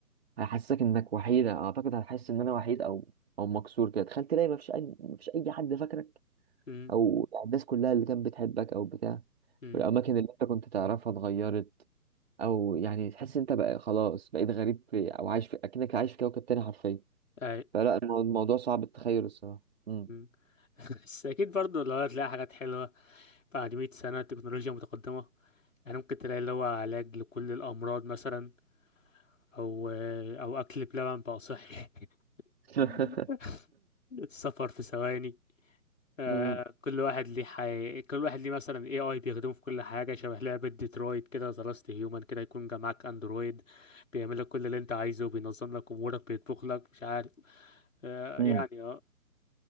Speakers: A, on the right; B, on the left.
A: هيحسسك انك وحيد اعتقد هتحس ان انا وحيد او او مكسور كده تخيل تلاقي ما فيش اي ما فيش اي حد فاكرك
B: امم
A: او الناس كلها اللي كانت بتحبك او بتاع
B: امم
A: والاماكن اللي انت كنت تعرفها اتغيرت او يعني تحس انت بقى خلاص بقيت غريب في او عايش في اكنك عايش في كوكب تاني حرفيا
B: اي
A: فلا المو- الموضوع صعب التخيل الصراحة مم.
B: مم. <laughs> بس اكيد برضه لو هتلاقي حاجات حلوة بعد 100 سنة تكنولوجيا متقدمة يعني ممكن تلاقي اللي هو علاج لكل الأمراض مثلا أو أو أكل بلبن بقى صحي
A: <laughs>
B: <laughs> السفر في ثواني آه
A: مم.
B: كل واحد ليه حي... كل واحد ليه مثلا اي اي بيخدمه في كل حاجه شبه لعبه ديترويت كده ذا لاست هيومن كده يكون جا معاك اندرويد بيعمل لك كل اللي انت عايزه بينظم لك امورك بيطبخ لك مش عارف آه
A: مم.
B: يعني اه